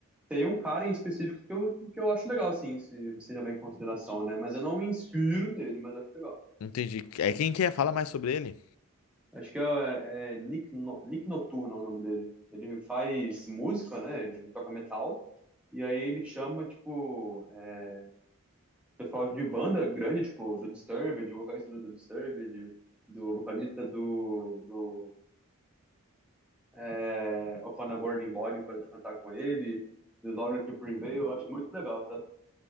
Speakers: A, in the centre; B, on the left.
A: Tem um cara em específico que eu, que eu acho legal, assim se você levar em consideração, né? Mas eu não me inspiro nele, mas acho legal.
B: Entendi. É quem quer fala mais sobre ele?
A: Acho que é, é Nick, no, Nick Noturno é o nome dele. Ele faz música, né? Ele toca metal. E aí ele chama, tipo, é, pessoal de banda grande, tipo, do Disturbed, o vocalista do, do Disturbed, do vocalista do, do é, Upon a Burning Body pra cantar com ele, do Laura to Prevail, eu acho muito legal, sabe?